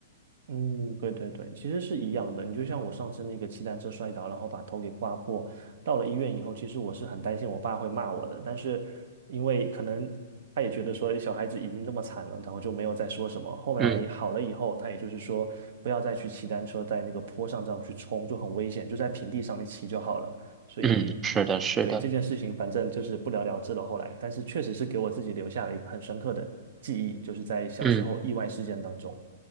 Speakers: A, on the right; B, on the right.
A: 嗯，对对对，其实是一样的。你就像我上次那个骑单车摔倒，然后把头给刮破，到了医院以后，其实我是很担心我爸会骂我的，但是因为可能他也觉得说小孩子已经这么惨了，然后就没有再说什么。后来好了以后，
B: 嗯
A: 他也就是说不要再去骑单车在那个坡上这样去冲，就很危险，就在平地上面骑就好了。所以，
B: 嗯，是的，是的，
A: 对这件事情，反正就是不了了之了。后来，但是确实是给我自己留下了一个很深刻的记忆，就是在小时候意外事件当中。
B: 嗯